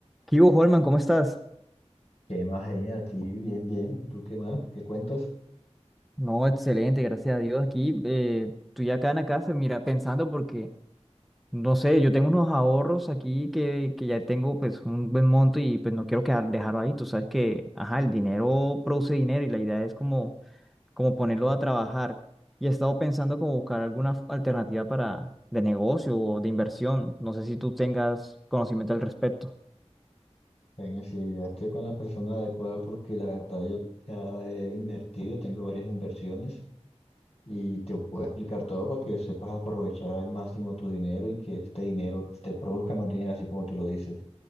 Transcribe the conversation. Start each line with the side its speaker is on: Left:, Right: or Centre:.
Centre: ¿Qué hubo, Holman? ¿Cómo estás?
Left: ¿Qué más, genial? Aquí bien, bien. ¿Y ¿Tú qué más? ¿Qué cuentas?
Centre: No, excelente, gracias a Dios. Aquí eh, estoy acá en la casa, mira, pensando porque, no sé, yo tengo unos ahorros aquí que, que ya tengo pues un buen monto y pues no quiero quedar, dejarlo ahí. Tú sabes que, ajá, el dinero produce dinero y la idea es como, como ponerlo a trabajar. Y he estado pensando como buscar alguna f- alternativa para de negocio o de inversión. No sé si tú tengas conocimiento al respecto.
Left: Genia, si llegaste con la persona adecuada porque la verdad yo ya he invertido, tengo varias inversiones y te puedo explicar todo para que sepas aprovechar al máximo tu dinero y que este dinero te produzca más dinero, así como tú lo dices.